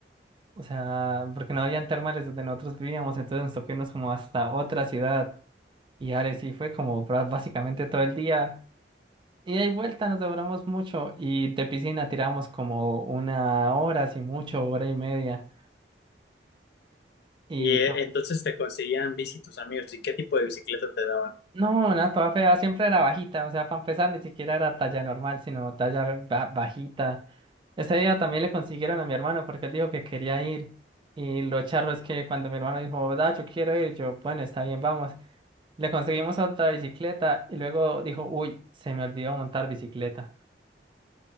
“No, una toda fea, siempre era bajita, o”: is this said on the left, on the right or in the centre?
Right